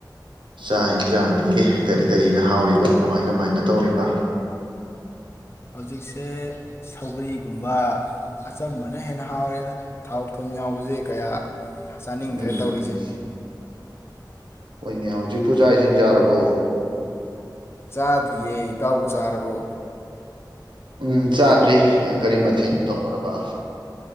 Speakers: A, on the right; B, on the left.
A: ꯆꯥꯛ ꯌꯦꯟꯁꯥꯡꯗꯤ ꯀꯔꯤ ꯀꯔꯤꯅ ꯍꯥꯎꯔꯤꯕ ꯀꯃꯥꯏ ꯀꯃꯥꯏꯅ ꯇꯧꯔꯤꯕ
B: ꯍꯧꯖꯤꯛꯁꯦ ꯁꯧꯒ꯭ꯔꯤꯒꯨꯝꯕ ꯑꯆꯝꯕꯅ ꯍꯦꯟꯅ ꯍꯥꯎꯔꯦꯗ ꯊꯥꯎ ꯊꯨꯝ ꯌꯥꯎꯕꯁꯦ ꯀꯌꯥ ꯆꯥꯅꯤꯡꯗ꯭ꯔꯦ
A: ꯎꯝ
B: ꯇꯧꯔꯤꯁꯦ
A: ꯍꯣꯏꯅꯦ ꯍꯧ ꯖꯤꯛꯄꯨ ꯆꯥꯛ ꯏꯁꯤꯡ ꯆꯥꯔꯕ꯭ꯔꯣ
B: ꯆꯥꯗ꯭ꯔꯤꯌꯦ ꯇꯥꯎꯕꯨ ꯆꯥꯔꯕꯣ
A: ꯎꯝ ꯆꯥꯗ꯭ꯔꯤ ꯀꯔꯤ ꯃꯊꯦꯜ ꯇꯧꯈ꯭ꯔꯕ